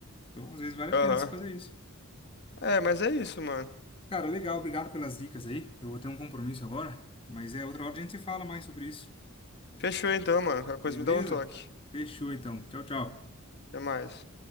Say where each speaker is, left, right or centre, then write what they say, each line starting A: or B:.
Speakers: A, on the left; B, on the left.
A: Então, às vezes, vale
B: Aham.
A: a pena se fazer isso.
B: É, mas é isso, mano.
A: Cara, legal, obrigado pelas dicas aí. Eu vou ter um compromisso agora, mas é outra hora a gente fala mais sobre isso.
B: Fechou então, mano. Qualquer
A: Beleza?
B: coisa me dá um toque.
A: Fechou, então. Tchau, tchau.
B: Até mais.